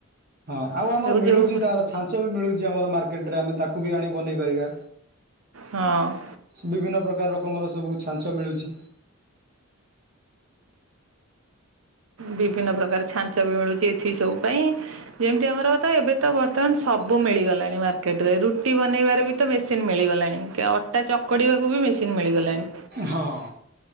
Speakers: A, on the right; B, on the right.
A: ହଁ ଆଉ ଆମର
B: ତାକୁ
A: ମିଳୁଛି
B: ଯେଉଁ
A: ତା ଛା ଚ ମିଳୁଛି ଆମର ମାର୍କେଟରେ ଆମେ ତାକୁବି ଆଣି ବନେଇ ପାରିବା।
B: ହଁ
A: ବିଭିନ୍ନ ପ୍ରକାର ରକମର ସବୁ ଛାଞ୍ଚ ମିଳୁଚି।
B: ବିଭିନ୍ନ ପ୍ରକାର ଛାଞ୍ଚ ବି ମିଳୁଛି ଏଥି ସବୁ ପାଇଁ ଯେମିତି ଆମର ତ ଏବେ ତ ବର୍ତ୍ତମାନ ସ ସବୁ ମିଳିଗଲାଣି ମାର୍କେଟରେ ରୁଟି ବନେଇବାରେ ବି ତ ମେସିନ ମିଳିଗଲାଣି ଅଟା ଚକଡ଼ିବାକୁ ବି ମେସିନ୍ ମିଳିଗଲାଣି।
A: ହଁ।